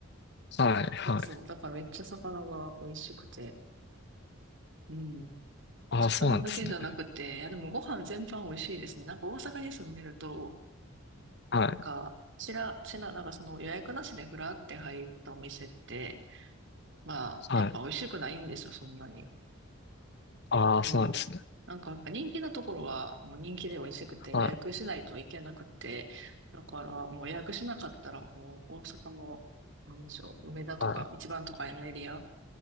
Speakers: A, on the left (about 50°); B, on the right (about 55°).
A: はい。
B: そうそう。
A: はい。
B: だからめっちゃ魚が美味しくて、うん。
A: ああ、
B: まあ、魚だけじゃなくて、
A: そうなんですね。
B: いや、でもご飯全般美味しいですね。なんか大阪に住んでると、
A: はい。
B: なんか、ちら、ちら、なんかその予約なしでふらって入ったお店って、まあ、
A: はい。
B: やっぱ美味しくないんですよ、そんなに。
A: ああ、
B: そう。
A: そうなんですね。
B: なんかやっぱ人気なところは、もう人気で美味しくて予約しないといけなくて、
A: はい。
B: だからもう予約しなかったら、もう大阪の、なんでしょう、梅田とか、
A: はい。
B: 一番都会のエリア、